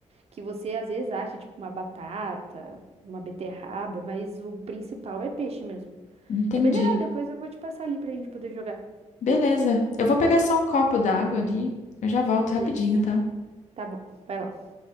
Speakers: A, on the right; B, on the left.
A: que você às vezes acha, tipo, uma batata, uma beterraba, mas o principal é peixe mesmo.
B: Entendi.
A: É bem legal, depois eu vou te passar ali pra gente poder jogar.
B: Beleza. Eu vou pegar só um copo d'água ali. Eu já volto
A: Beleza.
B: rapidinho, tá?
A: Tá bom, vai lá.